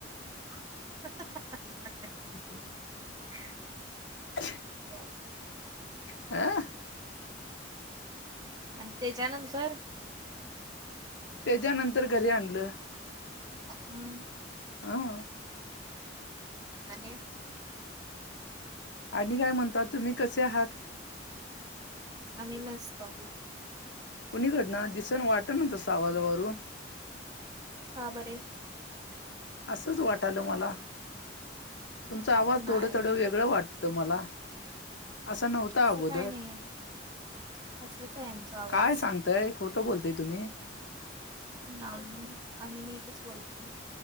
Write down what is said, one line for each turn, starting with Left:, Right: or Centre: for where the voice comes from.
Right: <inaudible>
Left: <inaudible>
Right: <inaudible>
Left: आ.
Right: आणि त्याच्यानंतर,
Left: त्याच्यानंतर घरी आणलं.
Right: हम्म
Left: हा.
Right: आणि.
Left: आणि काय म्हणतात तुम्ही कसे आहात?
Right: आम्ही नसतो.
Left: कोणीकडन, दिसन वाटना तसं आवाजावरून!
Right: का बरे.
Left: असंच वाटालं मला, तुमचा आवाज
Right: नाय
Left: थोडं थोडं
Right: नाही
Left: वेगळं वाटत मला. असं नव्हता
Right: असं
Left: अगोदर,
Right: काय नाहीये असंच आहे आमचा आवाज
Left: काय सांग तय खोटं बोलतय तुम्ही!
Right: नाही, आम्ही नीटच बोलतोय,